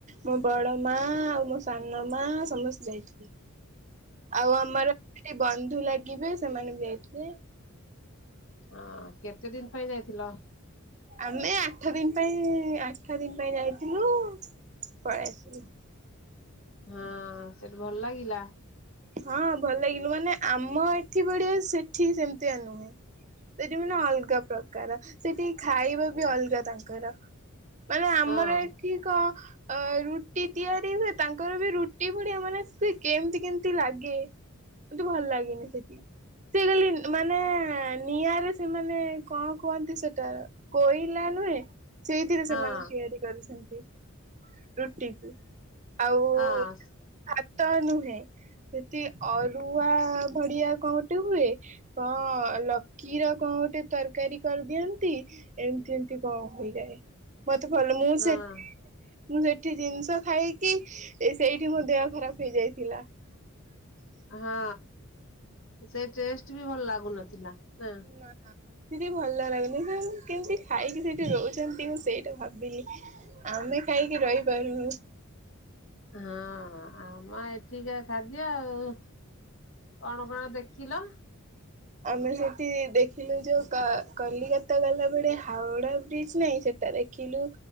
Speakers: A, on the right (about 35°); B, on the left (about 65°).
A: ମୋ ବଡ ମା ଆଉ ମୋ ସାନ ମା ସମସ୍ତେ ଯାଇଥିଲେ।
B: <inaudible>
A: ଆଉ ଆମର ଯିଏ ବନ୍ଧୁ ଲାଗିବେ ସେମାନେ ବି ଯାଇଥିଲେ।
B: ଅଁ କେତେ ଦିନ ପାଇଁ ଯାଇଥିଲ?
A: ଆମେ ଆଠ ଦିନ ପାଇଁ ଆଠ ଦିନ ପାଇଁ ଯାଇଥିଲୁ ପଳେଇଆସିଲୁ।
B: ହଁ ସେଠି ଭଲ ଲାଗିଲା?
A: ହଁ ଭଲ ଲାଗିଲୁ ମାନେ ଆମ ଏଠି ବଢିଆ ସେଠି ସେମିତିଆ ନୁହେଁ। ସେଠି ମାନେ ଅଲଗା ପ୍ରକାର ସେଠି ଖାଇବା ବି ଅଲଗା ତାଙ୍କର। ମାନେ ଆମର
B: ହଁ
A: ଏଠି- ତିକ ଅ ରୁଟି ତିଆରି ହୁଏ ତାଙ୍କର ବି ରୁଟି ଭଳିଆ ମାନେ ସେ କେମିତି କି ଚି ଲାଗେ ମତେ ଭଲ ଲାଗେନି ସେଠି। ସେ ଖାଲି ମାନେ ନିଆଁରେ ସେମାନେ କଣ କୁହନ୍ତି ସେଟା କୋଇଲା ନୁହେଁ। ସେଇଥିରେ ସେମାନେ
B: ହଁ
A: ତିଆରି କରିଛନ୍ତି ରୁଟି। ଆଉ
B: ହଁ
A: ଭାତ ନୁହେଁ। ସେଠି ଅରୁଆ ଭଡିଆ କଣ ଗୋଟେ ହୁଏ। କଣ ଲକିର କଣ ଗୋଟେ ତରକାରୀ କରିଦିଅନ୍ତି। ଏମିତି ଏମିତି କଣ ହେଇଯାଏ ମତେ ଭଲ ମୁଁ
B: ହଁ
A: ସେଠି ମୁଁ ସେଠି ଜିନିଷ ଖାଇକି ସେଇଠି ମୋ ଦେହ ଖରାପ ହେଇଯାଇଥିଲା। <inaudible>
B: ହଁ ସେ ଟେଷ୍ଟ ବି ଭଲ ଲାଗୁନଥିଲା ନା।
A: ନାନା। କିଛି ଭଲ ଲାଗୁନି କଣ କେମତି ଖାଇକି ସେଇଠି ଖାଇକି ରହୁଛନ୍ତି। ମୁଁ ସେଇଟା ଭାବିଲି। ଆମେ ଖାଇକି ରହିପାରୁଉ।
B: ହଁ ହଁ ଆମ ଏଠିକ ଖାଦ୍ୟ ଆଉ। କଣ କଣ ଦେଖିଲ?
A: ଆମେ ସେଠି ଦେଖିଲୁ ଯୋଉ କ କଲିକତା ଗଲାବେଳେ ହାଓଡା ବ୍ରିଜ ନାହିଁ ସେଟା ଦେ ଖିଲୁ